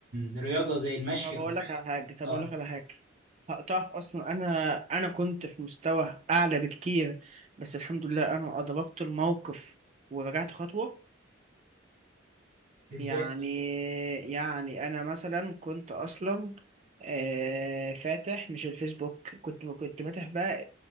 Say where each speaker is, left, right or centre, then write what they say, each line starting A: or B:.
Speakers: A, on the right; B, on the right.
A: من رياضة زي المشي
B: طب
A: او
B: اقول لك
A: حاجة
B: على حاجه طب
A: اه
B: اقول لك على حاجه هقطعك اصلا انا انا كنت في مستوى اعلى بكتير بس الحمد لله انا ادركت الموقف ورجعت خطوه
A: ازاي
B: يعني يعني انا مثلا كنت اصلا آه، فاتح مش الفيسبوك كنت كنت فاتح بقى